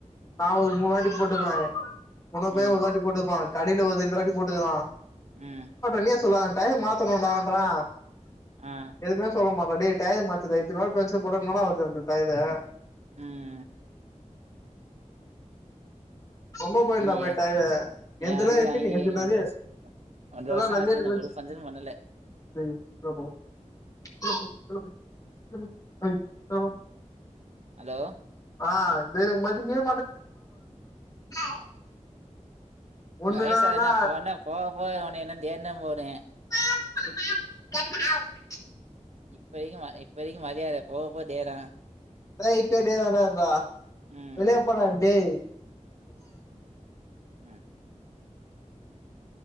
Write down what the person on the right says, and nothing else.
ம்
ம்
அ
ம்
ம்
ஏ
ஏ வண்டி
வாங்கி
ஒன்ற வர் ஒன்ற
வருஷோ
ஆச்சு
இன்னொ ஒரு பஞ்சரு பண்ணல
ஹலோ
வயசா என்ன போன்ன போக போக உன்ன இன்னொ தேர்னம் போறே
இப்ப வரைக்கு இப்ப வரைக்கு மரியாத போக போக தேரு
ம்
அ